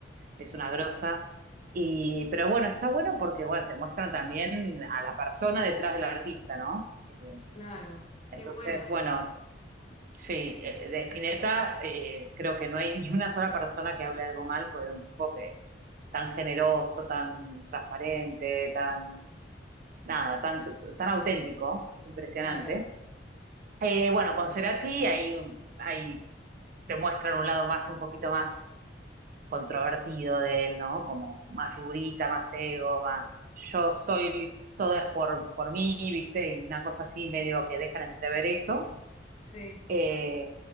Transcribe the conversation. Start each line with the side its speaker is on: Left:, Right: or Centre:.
Right: es una grosa. Y, pero bueno, está bueno porque bueno, te muestran también a la persona detrás del artista, ¿no? Eh,
Left: claro.
Right: entonces,
Left: Qué bueno eso.
Right: bueno, sí, eh, de Spinetta eh, creo que no hay <laughs> ni una sola persona que hable algo mal, porque era un tipo que tan generoso, tan transparente, tan, nada, tan, tan auténtico, impresionante.
Left: Claro,
Right: Eh, bueno, con Cerati ahí, ahí te muestran un lado más, un poquito más controvertido de él, ¿no? Como más figurita, más ego, más yo soy, soda es por, por mí, ¿viste? Y una cosa así medio que dejan entrever eso.
Left: sí,
Right: Eh,